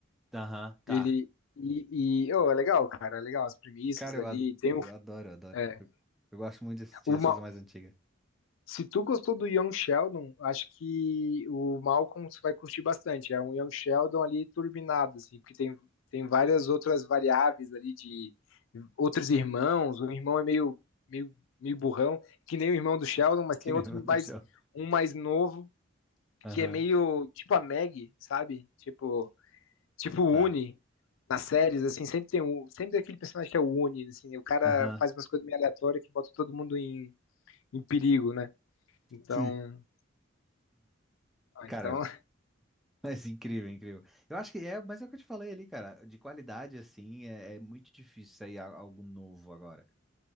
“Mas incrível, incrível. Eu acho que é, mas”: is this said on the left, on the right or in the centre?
Centre